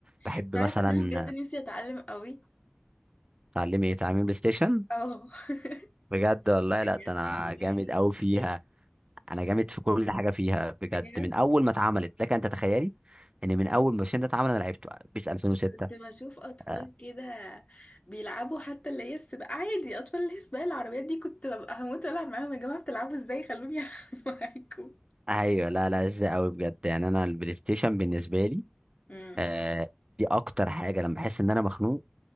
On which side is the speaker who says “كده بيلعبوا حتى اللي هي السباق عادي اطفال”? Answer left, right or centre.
Left